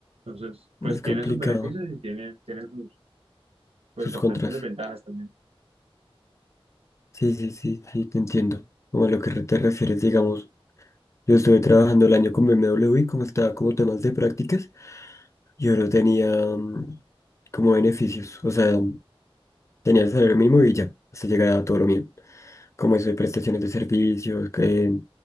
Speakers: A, on the right (about 80°); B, on the left (about 30°).
A: Entonces, pues
B: es
A: tiene
B: complicado
A: sus beneficios y tiene, tiene sus pues
B: sus
A: bastantes
B: contras.
A: desventajas también.
B: Sí, sí, sí, sí, te entiendo. Como a lo que te refieres, digamos, yo estuve trabajando el año con BMW, como estaba como temas de prácticas, yo no tenía mm, como beneficios, o sea, tenía el salario mínimo y ya, hasta llegar a todo lo mío. Como eso de prestaciones de servicios, que